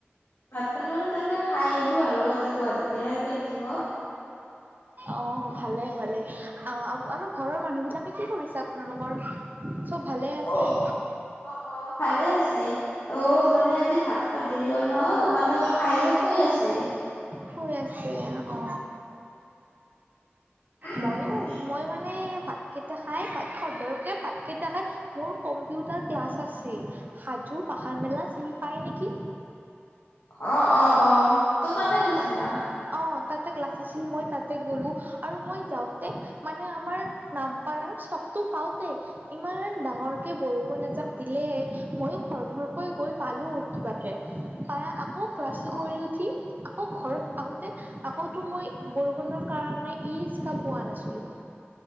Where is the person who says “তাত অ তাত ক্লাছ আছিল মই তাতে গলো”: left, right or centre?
Right